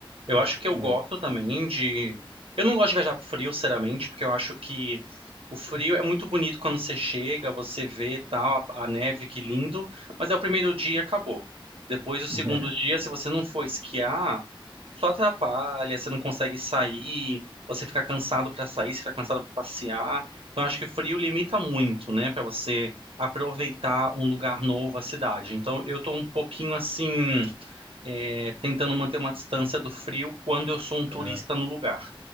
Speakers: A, on the right; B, on the right.
A: Eu acho que eu
B: né?
A: gosto também de. Eu não gosto de viajar pro frio, sinceramente, porque eu acho que o frio é muito bonito quando você chega, você vê tal, a, a neve, que lindo, mas é o primeiro dia e acabou. Depois, o segundo
B: Né?
A: dia, se você não for esquiar. Só atrapalha, você não consegue sair, você fica cansado para sair, você fica cansado para passear. Então, acho que o frio limita muito, né, para você aproveitar um lugar novo, a cidade. Então, eu tô um pouquinho assim, é, tentando manter uma distância do frio quando eu sou um turista
B: É.
A: no lugar.